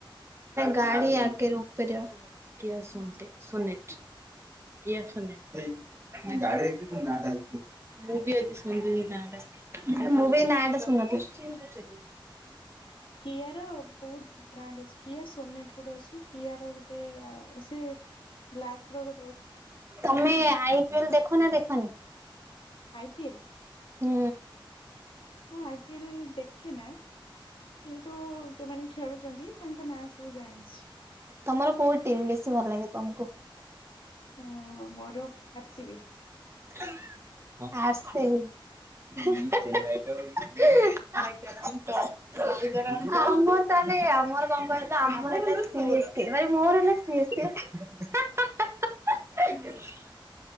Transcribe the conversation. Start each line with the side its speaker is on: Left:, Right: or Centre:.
Right: ଗାଡିଆଗ ଉପରେକିଆଶୁନିଟି।
Left: ହଁ
Right: କିଏ ଶୁଣୁନି ଏଇ ବାଡ଼େଇ ବି ତୋ ନାଁ ଟା ଆଗେ କହ ମୁଁ ବି ଆଜି ଶୁଣିଲି ନାଁ ଟା। ଭଲ ମୁଁ ବି ଏ ନାଁ ଟା ଶୁଣିଥିଲି।
Left: କିଆର ବହୁତ ବ୍ରାଣ୍ଡ୍ ଅଛି କିଆ ସୋନେଟ୍ ଗୋଟେ ଅଛି କିଆର ଗୋଟେ ଆ ସେ ବ୍ଲାକ୍ ର ଗୋ
Right: ତମେ ଆଇ ପି ଏଲ ଦେଖ ନାଁ ଦେଖନି?
Left: ଆଇ ପି ଏଲ
Right: ହୁଁ।
Left: ହଁ ଆଇ ପି ଏଲ ଦେଖେ ନା। କିନ୍ତୁ ଯୋଉମାନେ ଖେଳୁଛନ୍ତି ତାଙ୍କ ନାଁ ସବୁ ଜାଣିଛି।
Right: ତମର କୋଉ ଟିମ୍ ବେଶୀ ଭଲ ଲାଗେ ତମକୁ?
Left: ହୁଁ ମୋ ମୋର ଆର ସି ବି।
Right: ହଁ ଆର ସି ବି ହେ ହେ ହେ।
Left: ହୁଁ
Right: ଆଜ୍ଞା <inaudible> <inaudible> ଆମର ତାହେଲେ ଆମର କଣ କହିଲ ଆମର ଏବେ ଥ୍ରୀ ବି ଏଚ୍ କେ ମାନେ ମୋର ହେଲା ଥ୍ରୀ ବିଚ୍ ଏ କେ ହା ହା ହା ହା ହା ହେ।